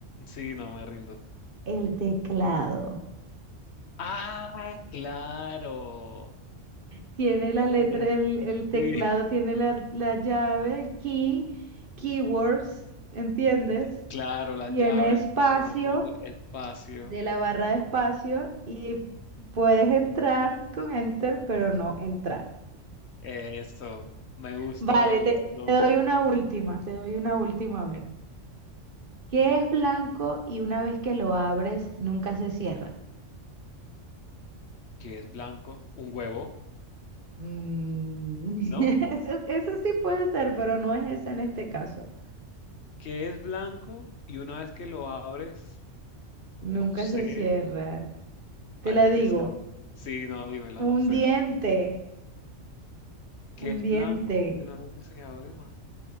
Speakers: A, on the left; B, on the right.
A: Sí, no me rindo.
B: El teclado.
A: Ah, claro.
B: Tiene la letra,
A: Tienes,
B: el, el teclado
A: sí,
B: tiene la, la llave, el key, keywords, ¿entiendes?
A: <laughs> claro, las
B: Tiene
A: llaves,
B: espacio
A: pero no cuento espacio.
B: de la barra de espacio y puedes entrar con enter, pero no entrar.
A: Eso, me gustó,
B: Vale,
A: me
B: te,
A: gustó.
B: te doy una última, te doy una última, a ver. ¿Qué es blanco y una vez que lo abres, nunca se cierra?
A: ¿Qué es blanco? Un huevo,
B: Mm, <laughs>
A: ¿no?
B: Eso, eso sí puede ser, pero no es esa en este caso.
A: ¿Qué es blanco? Y una vez que lo abres,
B: Nunca
A: no sé,
B: se cierra. Te
A: algo
B: la digo,
A: que se abre. Sí, no, dímela, no
B: un
A: sé.
B: diente,
A: ¿Qué
B: un
A: es
B: diente.
A: blanco y una vez que se abre, más?